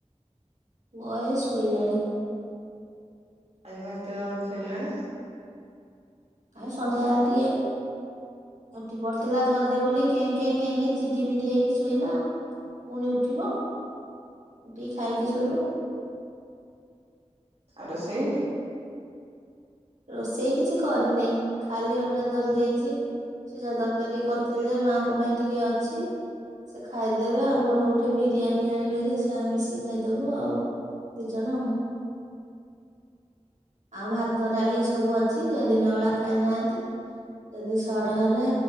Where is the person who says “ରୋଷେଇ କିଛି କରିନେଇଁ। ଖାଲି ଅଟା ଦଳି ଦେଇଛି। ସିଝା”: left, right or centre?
Right